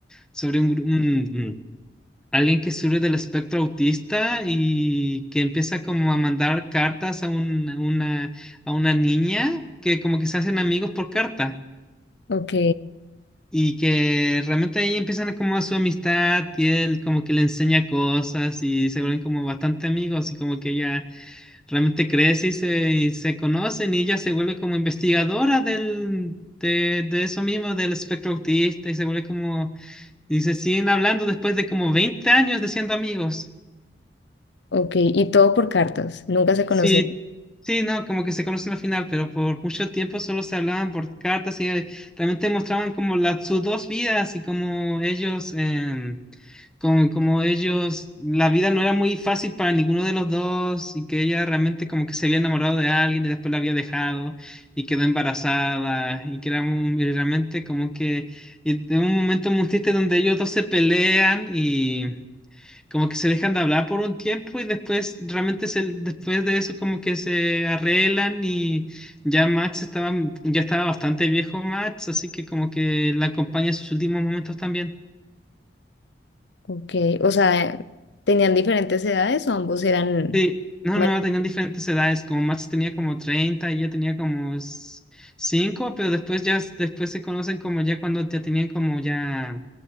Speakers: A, in the centre; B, on the left.
A: sobre un, gru- un- alguien que sufre del espectro autista y que empieza como a mandar cartas a un- a una, a una niña que como que se hacen amigos por carta
B: ok,
A: y que realmente ahí empiezan como a su amistad y él como que le enseña cosas y se vuelven como bastante amigos y como que ella realmente crece y se, y se conocen y ella se vuelve como investigadora del, de, de eso mismo, del espectro autista y se vuelve como, y se siguen hablando después de como 20 años de siendo amigos.
B: ok, y todo por cartas, nunca se conocieron.
A: Sí, sí, no, como que se conocen al final, pero por mucho tiempo solo se hablaban por cartas y eh, realmente mostraban como la, sus dos vidas y como ellos... em, como, como ellos, la vida no era muy fácil para ninguno de los dos y que ella realmente como que se había enamorado de alguien y después la había dejado y quedó embarazada y que era un- y realmente como que y en un momento muy triste donde ellos dos se pelean y como que se dejan de hablar por un tiempo y después realmente se, después de eso como que se arreglan y ya Max estaba, ya estaba bastante viejo Max, así que como que la acompaña en sus últimos momentos también.
B: Ok, o sea, ¿tenían diferentes edades o ambos eran...
A: Sí, no,
B: ma-
A: no, tenían diferentes edades, como Max tenía como 30, ella tenía como s- 5, pero después ya, s- después se conocen como ya cuando ya tenían como ya,